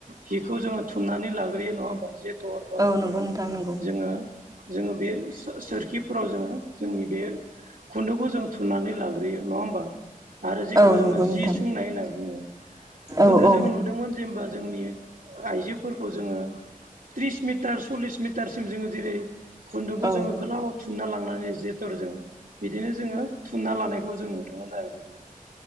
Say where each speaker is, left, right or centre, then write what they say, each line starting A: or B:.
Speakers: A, on the right; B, on the right.
A: हिखौ जोंङो थुमनानै लाग्रोयो नङा होमबा जेथर बा
B: औ
A: बिदिनो
B: नंगौ नोंथां नंगौ
A: जोङो जोङो बे सोरखिफोराव जोंङो जोंनि बे खुन्दुंखौ जों थुनानै लाग्रोयो नंङा होमबा आरो जेखौ
B: औ
A: जोंङो
B: नंगौ नोंथां
A: जि सोंनाय होनना बुङो
B: औ
A: गोदो
B: औ
A: जोंङो नु दोंमोन जेनेबा जोंनि आइजोफोरखौ जोंङो त्रिस मिटार सल्लिस मिटारसिम जोंङो जेरै खुन्दुंखौ
B: औ
A: जोंङो गोलाव थुना लांनानै जेथरजों बिदिनो जोंङो थुना लानायखौ जों नुदोंमोन आरो गोदो